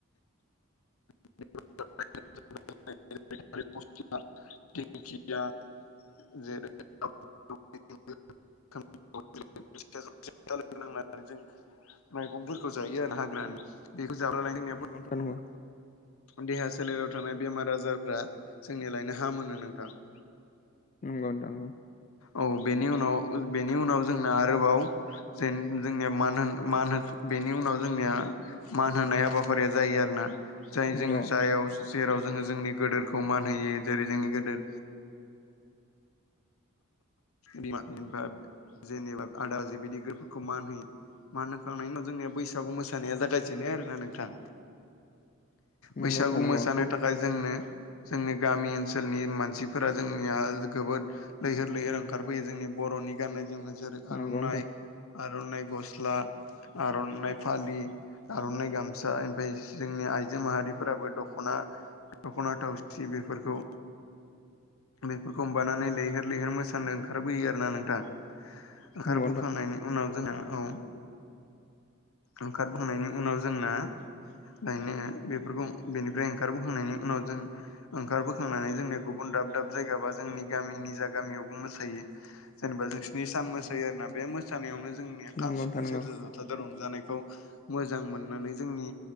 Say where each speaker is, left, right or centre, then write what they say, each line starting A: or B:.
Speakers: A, on the left; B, on the left.
A: <unintelligible> <unintelligible> <unintelligible> बेखौ जानाय लोंनायाबो
B: <unintelligible>
A: देहा सोलेराव थानाय बेमार आजारफ्रा जोंनि लायनो हामोनो नोंथां। <inaudible>
B: नंगौ नोंथां नंगौ।
A: औ बेनि उनाव बेनि उनाव जोंना आरोबाव जेन जोंनिया मान होन मान बेनि उनाव जोंनिया मान होनाय हाबाफारिया जायो आरोना। जाय
B: नंगौ
A: जों जायाव जेराव जोंङो जोंनि गोदोरखौ मान होयो जेरै जोंनि गोदोर बिमा बिफा जेनेबा आदा बाजै बिदि गोदोरफोरखौ मान होयो मान होखांनायनि उनाव जोंनिया बैसागु मोसानाया जागाय जेनो आरोना नोंथां
B: नोंथां
A: बैसागु
B: नंगौ
A: मोसानो थाखाय जोंनो जोंनि गामि ओनसोलनि मानसिफोरा जोंनिया गोबोद लैहोर लैहोर ओंखारफैयो जोंनि बरनि गाननाय जोमनाय जेरै
B: नंगौ
A: आरनाइ। आरनाइ गस्ला आरनाइ फालि। आरनाइ गामसा एमफ्राय जोंनि आइजो माहारिफोराबो दखना दखना थावसि बेफोरखौ बेफोरखौ माबानानै लैहोर लैहोर मोसानो ओंखारबोयो आरोना नोंथां ओंखार
B: नंगौ
A: बोखांनायनि उनाव जोंना औ ओंखार बोखांनायनि उनाव जोंना गायनो बेफोरखौ बेनिफ्राय ओंखारबोखांनायनि उनाव जों ओंखारबोखांनानै जोंनिया गुबुन दाब दाब जायगा बा जोंनि गामिनि जा गामियावबो मोसायो जेनेबा जों स्नि सान मोसायो आरोना बे मो मोसानायावनो जोंनिया खाम
B: नोंथां
A: सिफुं
B: नंगौ नोंथां नंगौ नोंथां नंगौ
A: सेरजा जथाजो रंजानायखौ मोजां मोननानै जोंनि